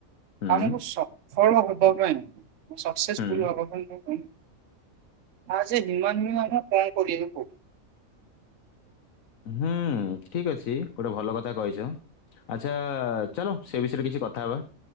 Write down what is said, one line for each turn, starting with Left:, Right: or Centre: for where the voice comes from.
Left: ହୁଁ
Right: ଆମକୁ ସଫଳ ହବା ପାଇଁ ସକ୍ସେସଫୁଲ୍
Left: ହୁଁ
Right: ହବା ପାଇଁ କ ଏଜ୍ ଏ ହ୍ୟୁମାନ୍ ବିଂଗ୍ ଆମ କଣ କରିବାକୁ ପ <unintelligible>
Left: ହୁଁ ଠିକ୍ ଅଛି ଗୋଟେ ଭଲ କଥା କହିଛ। ଆଚ୍ଛା ଚାଲ ସେ ବିଷୟରେ କିଛି କଥା ହବା।